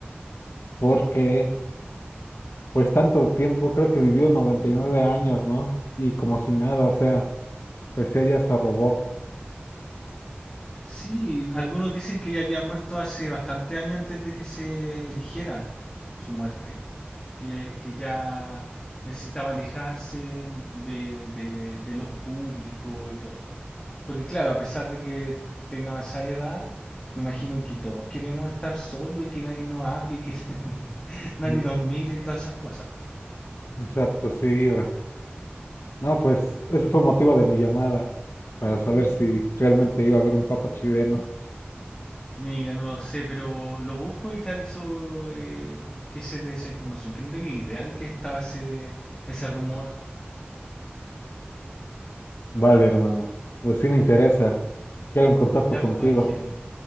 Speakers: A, on the left (about 75°); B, on the left (about 20°).
A: porque pues tanto tiempo, creo que vivió 99 años, ¿no? Y como si nada, o sea, pues ella hasta robó.
B: Sí, algunos dicen que ella había muerto hace bastante años antes de que se dijera su muerte. Que, que ya necesitaba alejarse del, del del ojo público y todo. Porque claro, a pesar de que tenga esa edad, me imagino que todos queremos estar solos y que nadie nos hable y que <laughs> nadie
A: Mm.
B: nos mire y todas esas cosas. po.
A: Exacto, sí, bro. No, pues ese fue motivo de mi llamada, para saber si realmente iba a haber un papa chileno.
B: Mira, no lo sé, pero lo busco y te aviso eh, que sé de esa información, que no tenía idea de que estaba ese, ese rumor.
A: Vale, hermano. Pues sí me interesa. Quedo en contacto
B: Ya,
A: contigo.
B: pues Ángel,